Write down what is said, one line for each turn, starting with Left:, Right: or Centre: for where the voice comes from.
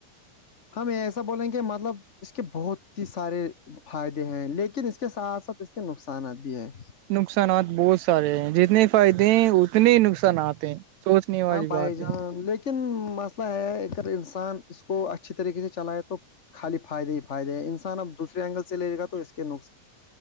Left: ہم ایسا بولیں گے مطلب اس کے بہت ہی سارے فائدے ہیں لیکن اس کے ساتھ ساتھ اس کے نقصانات بھی ہیں
Right: نقصانات بہت سارے ہیں جتنے فائدے ہیں اتنے ہی نقصانات ہیں سوچنے والی
Left: ہ بائے
Right: بات
Left: ل
Right: ہے
Left: <unintelligible> لن مسئلہ ہے اگر انسان اس کو اچھی طریقے سے چلائے تو خالی فائدے ہی فائدے ہیں انسان اب دوسرے اینگل سے لے لے گا تو اس کے نص